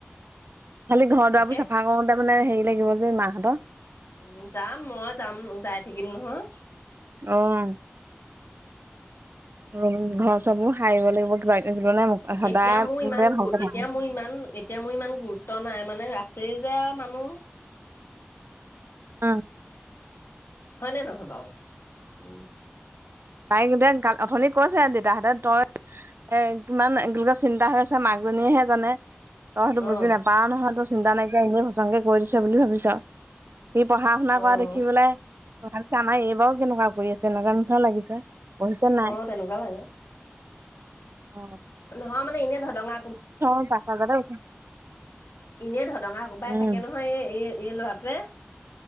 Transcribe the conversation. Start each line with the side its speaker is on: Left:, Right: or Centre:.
Right: খালি ঘৰ
Left: তাকে
Right: দুৱাৰবোৰ চফা কৰোতে মানে। লাগিব যে মাহ হঁত
Left: উ যাম মই যাম যাই থাকিম নহয়।
Right: আহ উ ঘৰ চবোৰ সাৰিব লাগিব কিবা কিবি। মানে সদায়
Left: এতিয়া মোৰ ইমান গু
Right: ভালকে থাকো।
Left: এতিয়া মোৰ ইমান এতিয়া মোৰ ইমান গুৰুত্ব নাই মানে ৰা যে যে আৱ মানুহ।
Right: অ
Left: হয়নে নহয় বাৱ উম।
Right: ভায়ংৰদান <unintelligible> গা অথনি কৈছে দেতাহঁতে তই এ কিমান কি বুলি কয় চিন্তা হৈ আছে মাকজনীয়েহে জানে। তই সেইটো বুজি
Left: অঁ
Right: নেপাও নহয়। চিন্তা নাইকিয়া এনে সচংকে কৈ দিছে বুলি ভাবিছা আৱ। সি পঢ়া শুনা
Left: অঁ
Right: কৰা দেখি পেলাই কথা পিছে আমাৰ এইবাৰো কেনেকুৱা কৰি আছে এনেকুৱা নিচিনা লাগিছে। পঢ়িছে নাই
Left: অ তেনেকুৱা লাগে।
Right: অ
Left: নহয় মানে এনে ধদঙা
Right: সি পাঁচটা বজাতে উঠে
Left: ইনিয়ে ধদঙা কোবাই
Right: উম
Left: থাকে নহয় এই এ। এই ল'ৰাটোৱে।